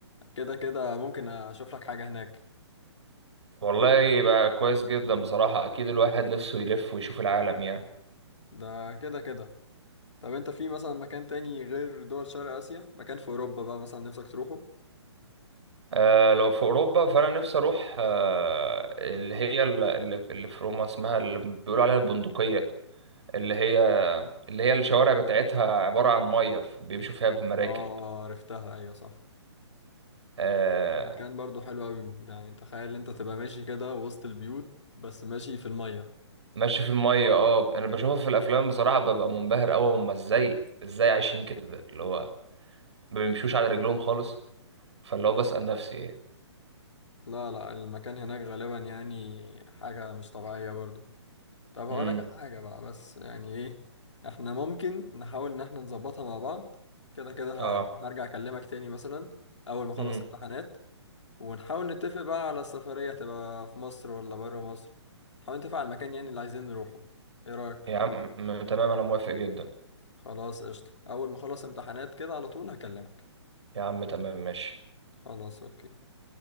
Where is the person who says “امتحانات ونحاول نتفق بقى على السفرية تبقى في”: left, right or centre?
Left